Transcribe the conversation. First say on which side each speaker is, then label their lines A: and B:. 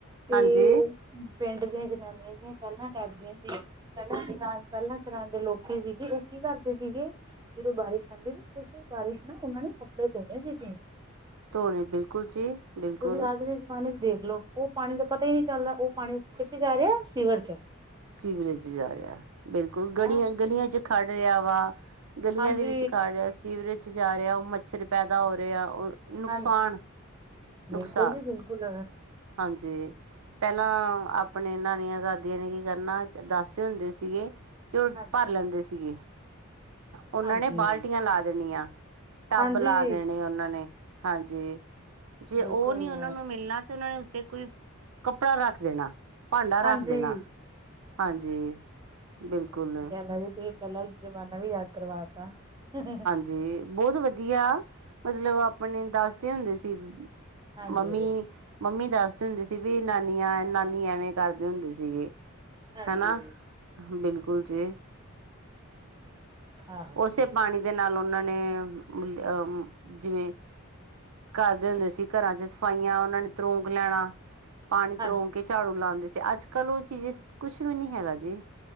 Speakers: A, on the right (about 20°); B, on the right (about 85°).
A: ਤੇ
B: ਹਾਂਜੀ-ਹਾਂਜੀ,
A: ਪਿੰਡ ਦੀਆਂ ਜਨਾਨੀਆਂ ਜੀਆ ਪਹਿਲਾਂ ਟੱਪਦੀਆਂ ਸੀ। ਪਹਿਲਾਂ <unintelligible> ਪਹਿਲਾਂ ਤਰ੍ਹਾਂ ਦੇ ਲੋਕੀ ਸੀਗੇ ਉਹ ਕੀ ਕਰਦੇ ਉਹ ਸੀਗੇ ਜਦੋਂ ਬਾਰਿਸ਼ ਆਦੀ ਸੀ ਉਸੇ ਬਾਰਿਸ਼ ਨਾਲ ਉਹਨਾਂ ਨੇ ਕੱਪੜੇ ਧੋਣੇ ਸੀਗੇ।
B: ਧੋਣੇ
A: <inaudible>
B: ਬਿਲਕੁਲ ਜੀ, ਬਿਲਕੁਲ।
A: ਤੁਸੀਂ ਅੱਜ ਦੇ ਜ਼ਮਾਨੇ ਚ ਦੇਖ ਲਓ। ਉਹ ਪਾਣੀ ਦਾ ਪਤਾ ਹੀ ਨਹੀਂ ਚੱਲਦਾ ਉਹ ਪਾਣੀ ਕਿੱਥੇ ਜਾ ਰਿਹਾ ਸਿਵਰ ਚ।
B: ਸੀਵਰੇਜ ਚ ਜਾ ਰਿਹਾ ਬਿਲਕੁਲ ਗੜੀਆਂ
A: ਹੈਂ
B: -ਗਲੀਆਂ ਚ ਖੜ ਰਿਹਾ ਵਾ ਗਲੀਆਂ
A: ਹਾਂਜੀ
B: ਦੇ ਵਿੱਚ ਖੜ ਰਿਹਾ ਸੀਵਰੇਜ ਜਾ ਰਿਹਾ ਉਹ ਮੱਛਰ ਪੈਦਾ ਹੋ ਰਿਹਾ ਉਹ ਨੁਕਸਾਨ
A: ਹਾਂ
B: <inaudible> ਨੁਕਸਾਨ।
A: ਬਿਲਕੁਲ ਜੀ ਬਿਲਕੁਲ
B: ਹਾਂਜੀ ਪਹਿਲਾਂ ਆਪਣੇ ਨਾਨੀਆਂ ਦਾਦੀਆਂ ਨੇ ਕਰਨਾ ਦੱਸਦੇ ਹੁੰਦੇ ਸੀਗੇ ਕਿ, ਉਹ
A: ਹਾਂਜੀ
B: ਭਰ ਲੈਂਦੇ ਸੀਗੇ। ਉਹਨਾਂ
A: ਹਾਂਜੀ
B: ਨੇ ਬਾਲਟੀਆਂ ਲਾ ਦੇਣੀਆਂ ਟੱਬ
A: ਹਾਂਜੀ
B: ਲਾ ਦੇਣੇ ਉਹਨਾਂ ਨੇ ਹਾਂਜੀ। ਜੇ
A: ਬਿਲਕੁਲ
B: ਉਹ ਨੀ ਉਹਨਾਂ ਨੂੰ ਮਿਲਣਾ ਤੇ ਉਹਨਾਂ ਨੇ ਉੱਤੇ ਕੋਈ ਕੱਪੜਾ ਰੱਖ ਦੇਣਾ। ਭਾਂਡਾ ਰੱਖ
A: ਹਾਂਜੀ
B: ਦੇਣਾ, ਹਾਂਜੀ ਬਿਲਕੁਲ
A: ਪਏ ਜੀ ਤੁਸੀਂ ਪਹਿਲਾਂ ਜ਼ਮਾਨਾ ਵੀ ਯਾਦ ਕਰਵਾ ਤਾਂ <unintelligible>
B: ਜੀ ਬਹੁਤ ਵਧੀਆ। ਮਤਲਬ ਆਪਣੇ ਦੱਸਦੇ ਹੁੰਦੇ ਸੀ
A: ਹਾਂਜੀ
B: ਮੰਮੀ ਮੰਮੀ ਦੱਸਦੇ ਹੁੰਦੀ ਸੀ ਵੀ ਨਾਨੀਆਂ ਨਾਨੀ ਐਵੇਂ ਕਰਦੇ ਹੁੰਦੇ ਸੀਗੇ।
A: ਹਾਂਜੀ
B: ਹਨਾ, ਬਿਲਕੁਲ ਜੀ।
A: <inaudible> ਹਾਂ ਹਾਂਜੀ
B: ਉਸੇ ਪਾਣੀ ਦੇ ਨਾਲ ਉਹਨਾਂ ਨੇ ਮੁਲਿਆ ਮ ਆ ਜਿਵੇਂ, ਕਰਦੇ ਹੁੰਦੇ ਸੀ ਘਰਾਂ ਚ ਸਫਾਈਆਂ ਉਹਨਾਂ ਨੇ ਤਰੋਂਕ ਲੈਣਾ। ਪਾਣੀ ਤਰੋਂਕ
A: ਹਾਂਜੀ
B: ਕੇ ਝਾੜੂ ਲਾਉਂਦੇ ਸੀ ਅੱਜ ਕੱਲ ਉਹ ਚੀਜ਼ ਕੁਛ ਵੀ ਨੀ ਹੈਗਾ ਜੀ।